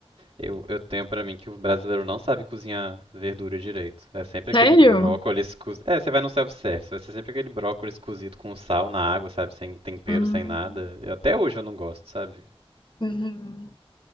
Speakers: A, on the right; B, on the left.
A: eu, eu tenho pra mim que o brasileiro não sabe cozinhar verdura direito. É sempre aquele
B: Sério?
A: brócolis cozido. É, você vai no self-service, vai ser sempre aquele brócolis cozido com sal na água, sabe? Sem tempero,
B: Hum,
A: sem nada. Eu- até hoje eu não gosto, sabe?
B: uhum.